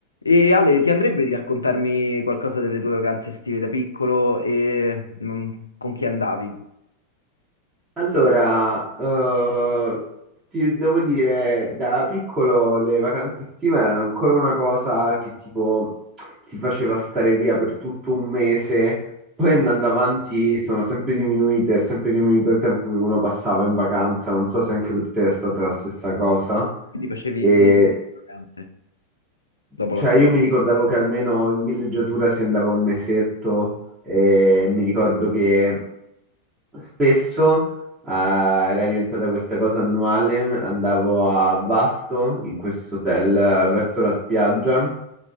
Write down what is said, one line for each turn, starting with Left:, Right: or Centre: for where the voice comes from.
Left: E Ale, ti andrebbe di raccontarmi qualcosa delle tue vacanze estive da piccolo e mm, con chi andavi?
Right: Allora, eh, ti devo dire, da piccolo le vacanze estive erano ancora una cosa che tipo ti faceva stare via per tutto un mese, poi andando avanti sono sempre diminuite, è sempre diminuito il tempo che uno passava in vacanza, non so se anche per te è stata la stessa cosa.
Left: Quindi facevi
Right: E,
Left: un monte di vacanze dopo
Right: cioè,
Left: la scuola.
Right: io mi ricordavo che almeno in villeggiatura si andava un mesetto e mi ricordo che Spesso eh, era diventata questa cosa annuale, andavo a Vasto in questo hotel eh, verso la spiaggia